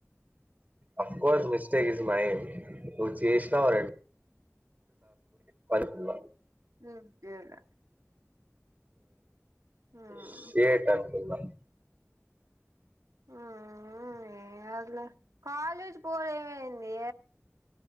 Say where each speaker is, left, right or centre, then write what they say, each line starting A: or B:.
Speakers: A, on the right; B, on the right.
A: of course miss. Mistake is mine నువ్వు చేసినావ్ అనట్లే <unintelligible>
B: ఇ గేలా. మ్మ్
A: సిఏట అనుకుందాం.
B: ఆహ్ ఏం కాదులే కాలేజ్ పోతే ఏం అయింది